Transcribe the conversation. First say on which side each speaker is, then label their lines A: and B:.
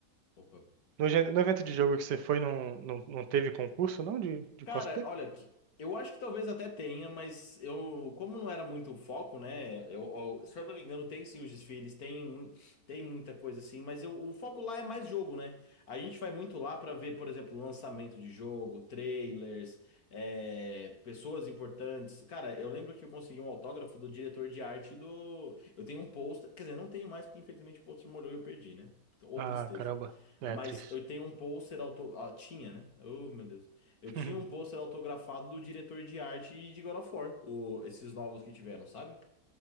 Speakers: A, on the left; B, on the right.
A: Opa.
B: No, gen- no evento de jogo que você foi, não, não, não teve concurso, não? De, de
A: Cara,
B: cosplay?
A: olha, que- eu acho que talvez até tenha, mas eu, como não era muito o foco, né? Eu, eu- se eu não me engano, tem sim os desfiles, tem, mu- tem muita coisa assim, mas eu- o foco lá é mais jogo, né? A gente vai muito lá pra ver, por exemplo, lançamento de jogo, trailers, é, pessoas importantes. Cara, eu lembro que eu consegui um autógrafo do diretor de arte do. Eu tenho um pôster, quer dizer, não tenho mais, porque infelizmente o pôster molhou e eu perdi, né? Ou
B: Ah,
A: tristeza.
B: caramba. É
A: Mas
B: triste.
A: eu tenho um pôster auto... ah, tinha, né? Oh, meu Deus. Eu
B: <laughs>
A: tinha um pôster autografado do diretor de arte de God of War, o- esses novos que tiveram, sabe?